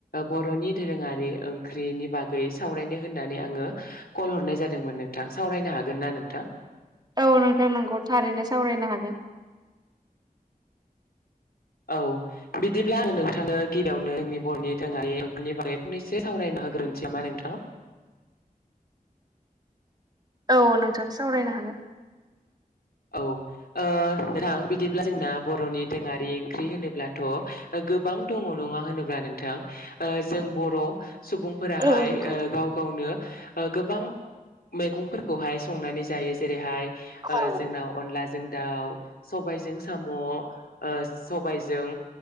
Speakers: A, on the left; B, on the right.
A: बर'नि दोरोङारि ओंख्रिनि बागै सावरायनो होननानै आङो कल हरनाय जादों जादोंमोन नोंथां सावरायनो हागोन ना नोंथां
B: औ नोंथां नोंगौ थारैनो सावरायनो हागोन
A: औ बिदिब्ला आङो नोंथांनो गिबियावनो जोंनि बर'नि दोरोङारि नि बागै फंनैसो सावरायनो होग्रोनिसै नामा नोंथां
B: औ नोंथां सावरायनो हागोन
A: औ ओ नोंथां बिदिब्ला जोंना बर'नि दोरोङारि ओंख्रि होनोब्लाथ' गोबां दङ नङा होनोब्ला नोंथां जों बर' सुबुंफोराहाय
B: औ नंगौ
A: ओ गाव गावनो ओ‌ गोबां मैगंफोरखौहाय संनानै जायो जेरैहाय
B: औ
A: ओ जोंनाव अनलाजों दाउ सबायाइजों साम' ओ सबाइजों